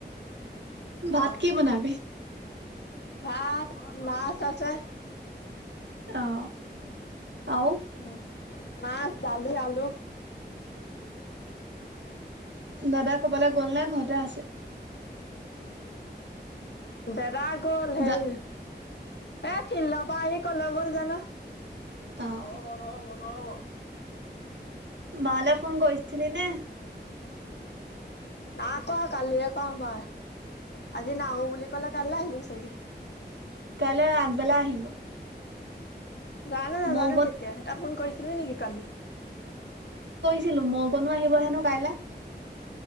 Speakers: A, on the right (about 85°); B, on the left (about 70°).
A: ভাত
B: অ <unintelligible>
A: কি বনাবি?
B: ভাত, মাছ আছে৷
A: অ', আউ?
B: উম মাছ, দালি, আলু৷
A: দাদা ক'বালৈ গ'ল নে ঘৰতে আছে?
B: দেদা গ'ল হেই
A: দা
B: এ ফিল্ডৰ পৰা আহি ক'লৈ গ'ল জানো!
A: অ'
B: নহ'ব, নহ'ব, নহ'ব৷
A: বালে ফোন কৰিছিলি নে?
B: নাই কৱা। কালিয়ে কৱা মই৷ আজি নাহো বুলি ক'লে কাইলে আহিব চাগে৷
A: কাইলে আগবেলা আহিব৷
B: জানো! নাজানে
A: মৌ অকণ
B: কেতিয়া আহে, তই ফোন কৰিছিলি নেকি কালি?
A: ছিলো। মৌকণো আহিব হেনো কাইলে৷